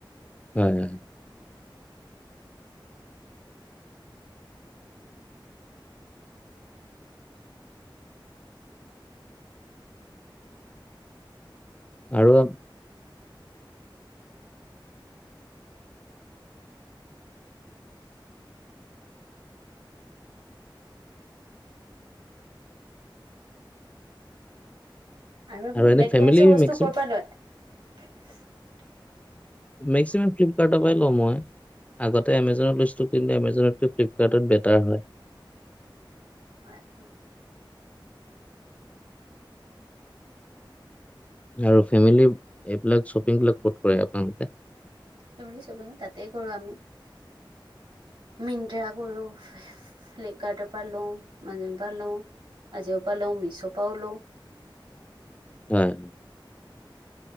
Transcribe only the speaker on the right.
আৰু আপুনি ইলেকট্ৰনিকছ
বস্তু
ক'ৰ পৰা লয় <unintelligible>
হ <inaudible>
ফেম স্কপিং তাতে কৰো আমি মিট্ৰা কৰো ফ্লিপকাৰ্টৰ পৰা লওঁ মাজ পৰা লওঁ আজিও পৰা লওঁ মিছ' পৰাও লওঁ